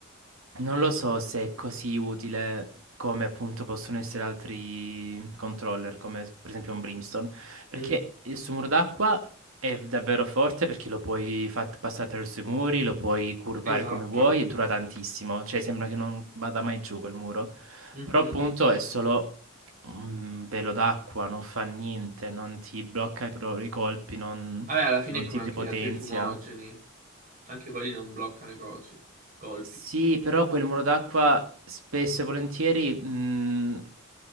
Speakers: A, on the right; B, on the right.
A: non lo so se è così utile come appunto possono essere altri controller, come per esempio un Brimstone, perché
B: mm,
A: il suo muro d'acqua È davvero forte perché lo puoi far passare attraverso i muri, lo puoi curvare
B: Esatto.
A: come vuoi e dura tantissimo, cioè sembra che non vada mai giù quel muro.
B: Mhm.
A: Però appunto è solo un velo d'acqua, non fa niente, non ti blocca i, pro- i colpi, non,
B: Vabbè, alla fine
A: non
B: è come
A: ti depotenzia.
B: anche gli altri fumogeni, anche quelli non bloccano i cosi, colpi.
A: Sì, però quel muro d'acqua spesso e volentieri mh,